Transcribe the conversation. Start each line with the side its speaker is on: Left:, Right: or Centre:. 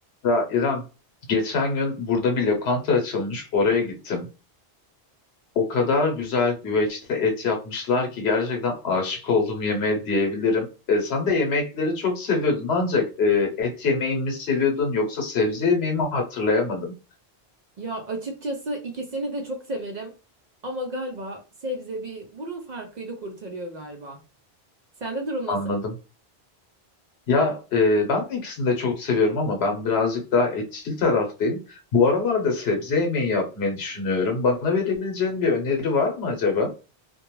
Left: Ya İrem, geçen gün burada bir lokanta açılmış, oraya gittim. O kadar güzel güveçte et yapmışlar ki gerçekten aşık oldum yemeğe diyebilirim. E, sen de yemekleri çok seviyordun ancak e, et yemeği mi seviyordun yoksa sebze yemeği mi hatırlayamadım,
Right: Ya açıkçası ikisini de çok severim ama galiba sebze bir burun farkıyla kurtarıyor galiba. Sende durum
Left: anladım.
Right: nasıl?
Left: Ya e, ben de ikisini de çok seviyorum ama ben birazcık daha etçil taraftayım. Bu aralarda sebze yemeği yapmayı düşünüyorum. Bana verebileceğin bir öneri var mı acaba?